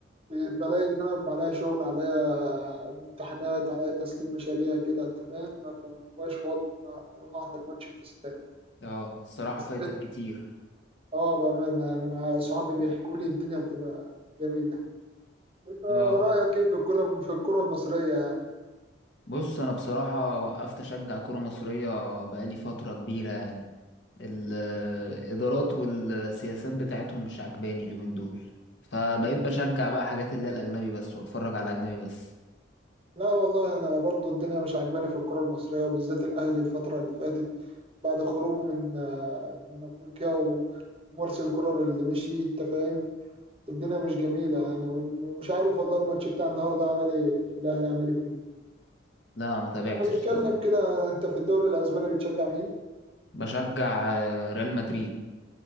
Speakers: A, on the right (about 30°); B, on the left (about 60°).
A: بلاقي إن أنا بيبقى عليا شغل عليا امتحانات عليا تسليم مشاريع كده أنت فاهم ما فمبقاش فاضي إن أنا أروح أحضر ماتش في استاد
B: اه الصراحه
A: بس
B: فايتك كتير
A: آه بأمانة يعني أنا أصحابي بيحكوا لي الدنيا بتبقى جميلة أنت
B: اه
A: رأيك إيه في الكرة في الكرة المصرية يعني؟
B: بص انا بصراحه وقفت اشجع كره مصريه بقالي فتره كبيره يعني الادارات والسياسات بتاعتهم مش عجباني اليومين دول فبقيت بشجع بقى حاجات اللي هي الاجنبي بس واتفرج على الاجنبي بس
A: لا والله انا برضو الدنيا مش عاجباني في الكرة المصرية وبالذات الاهلي الفترة اللي فاتت بعد خروجه من آه، من افريقيا و- ومارسيل كولر اللي مشي انت فاهم الدنيا مش جميلة يعني ون- ومش عارف والله الماتش بتاع النهاردة عمل ايه الاهلي عمل ايه فيه
B: لا ما تابعتش
A: لما نتكلم
B: الصراحه
A: كده انت في الدوري الاسباني بتشجع مين؟
B: بشجع آه، ريال مدريد